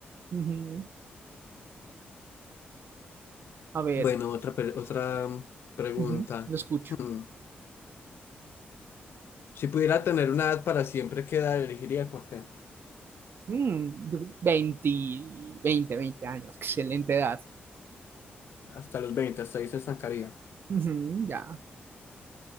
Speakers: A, on the right (about 65°); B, on the left (about 70°).
A: Ujú. A ver,
B: Bueno, otra, per- otra mm, pregunta.
A: ujú, Lo escucho.
B: Mm, Si pudiera tener una edad para siempre, ¿qué edad elegiría? Porque
A: Mm, yo- veinte 20, 20 años, excelente edad.
B: hasta los 20 hasta ahí se estancaría.
A: Ujú, ya.